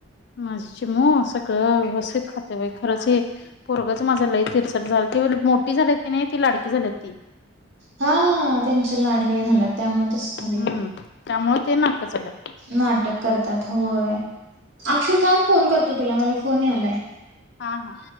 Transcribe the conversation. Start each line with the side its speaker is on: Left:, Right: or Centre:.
Left: माझी चिमू व्यवस्थित खाते बाई खरंच हे परगंच माझा लई तिरसट झालं त मोठी झाली ती नाही ती लाडकी झाली ती
Right: हा त्यांचे लाडले झाल्या त्या मुळ
Left: हम्म
Right: <unintelligible>
Left: त्यामुळे ते नाटकं चालुयेत
Right: नाटक करतात होय अक्षु थांब फोन करतो तुला मला फोन यालाय
Left: हा हा.